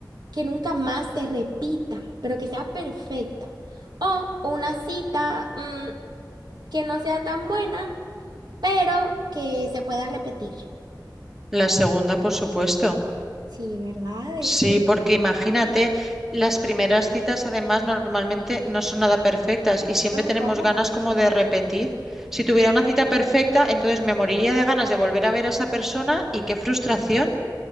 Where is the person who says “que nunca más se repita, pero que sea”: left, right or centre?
Right